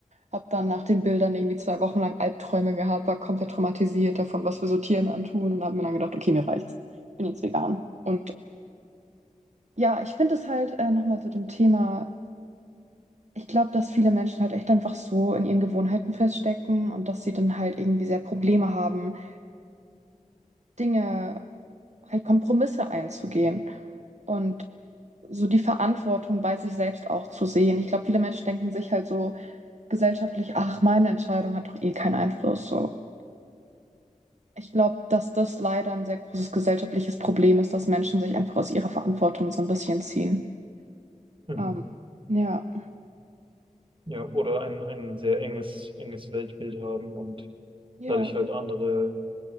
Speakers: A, on the right (about 55°); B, on the right (about 40°).
A: Hab dann nach den Bildern irgendwie zwei Wochen lang Albträume gehabt, war komplett traumatisiert davon, was wir so Tieren antun und habe mir dann gedacht, okay, mir reicht's. Ich bin jetzt vegan. Und ja, ich finde es halt äh, nochmal zu dem Thema. Ich glaube, dass viele Menschen halt echt einfach so in ihren Gewohnheiten feststecken und dass sie dann halt irgendwie sehr Probleme haben, Dinge, halt Kompromisse einzugehen und so die Verantwortung bei sich selbst auch zu sehen. Ich glaube, viele Menschen denken sich halt so gesellschaftlich, ach, meine Entscheidung hat doch eh keinen Einfluss so. Ich glaube, dass das leider ein sehr großes gesellschaftliches Problem ist, dass Menschen sich einfach aus ihrer Verantwortung so ein bisschen ziehen.
B: Mhm.
A: Ähm, ja,
B: Ja, oder ein, ein sehr enges, enges Weltbild haben und
A: ja,
B: dadurch halt andere,